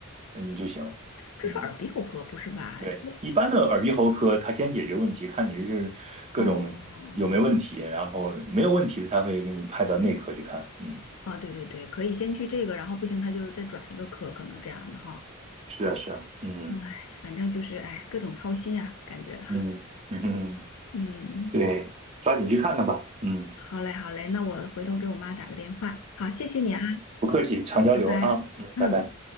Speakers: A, on the right; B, on the left.
A: 嗯就行。
B: 这是耳鼻喉科，
A: 嗯，
B: 不是吧？
A: 对，
B: 这
A: 一般的耳鼻喉科，他先解决问题，看你是各种有没有问题，
B: 哦，
A: 然后没有问题的才会给你派到内科去看。嗯，
B: 啊，对对对，可以先去这个，然后不行，他就是再转一个科，可能这样的哈。
A: 是啊，是啊，嗯
B: 嗯哎，反正就是哎，各种操心啊，感觉。
A: 嗯嗯，
B: 嗯，
A: 对，抓紧去看看吧。嗯，
B: 好嘞好嘞，那我回头给我妈打个电话。好，谢谢你啊，
A: 不客气，常交流啊。
B: 拜拜。
A: 嗯，
B: 嗯。
A: 拜拜。